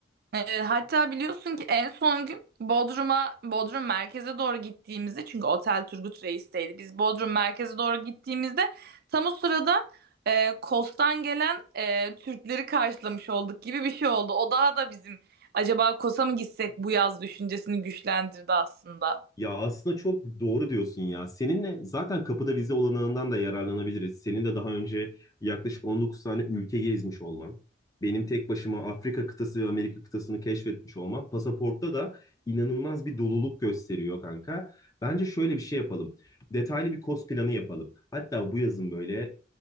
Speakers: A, on the right (about 55°); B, on the left (about 20°).
A: Evet, hatta biliyorsun ki en son gün Bodrum'a, Bodrum merkeze doğru gittiğimizde çünkü otel Turgut Reis'teydi. Biz Bodrum merkeze doğru gittiğimizde tam o sırada e, Kos'tan gelen e, Türkleri karşılamış olduk gibi bir şey oldu. O daha da bizim acaba Kos'a mı gitsek bu yaz düşüncesini güçlendirdi aslında.
B: Ya aslında çok doğru diyorsun ya. Seninle zaten kapıda vize olanağından da yararlanabiliriz. Senin de daha önce yaklaşık 19 tane ülke gezmiş olman, benim tek başıma Afrika kıtası ve Amerika kıtasını keşfetmiş olmam, pasaportta da inanılmaz bir doluluk gösteriyor kanka. Bence şöyle bir şey yapalım. Detaylı bir kos planı yapalım. Hatta bu yazın böyle